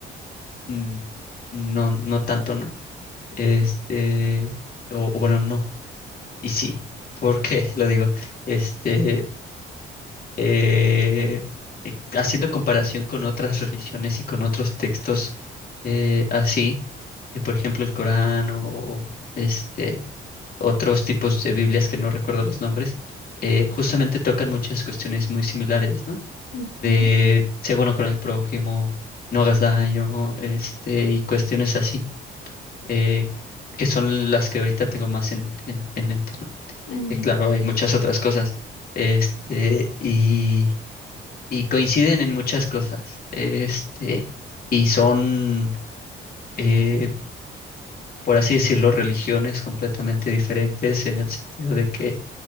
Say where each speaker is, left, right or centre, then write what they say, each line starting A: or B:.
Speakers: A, on the left; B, on the left.
A: mm, no, no tanto, ¿no? Este, o, o bueno, no, y sí, ¿por qué <laughs> lo digo? Este, eh, eh, haciendo comparación con otras religiones y con otros textos eh, así, eh, por ejemplo el Corán o, o, este, otros tipos de Biblias que no recuerdo los nombres, eh, justamente tocan muchas cuestiones muy similares, ¿no?
B: ujú,
A: De sé bueno con el prójimo, no hagas daño, este, y cuestiones así, eh, que son las que ahorita tengo más en, en, en mente, ¿no?
B: en mente,
A: Eh, claro,
B: sí.
A: hay muchas otras cosas. Este, y, y coinciden en muchas cosas. Este, y son, eh, por así decirlo, religiones completamente diferentes en el sentido de que